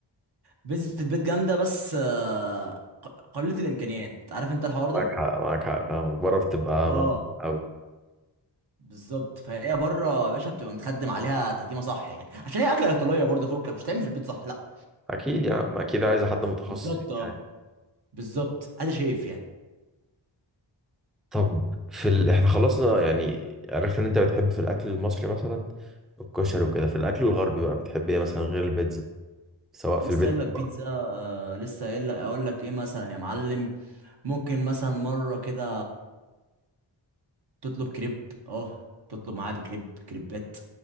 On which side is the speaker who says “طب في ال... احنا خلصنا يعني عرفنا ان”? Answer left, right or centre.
Centre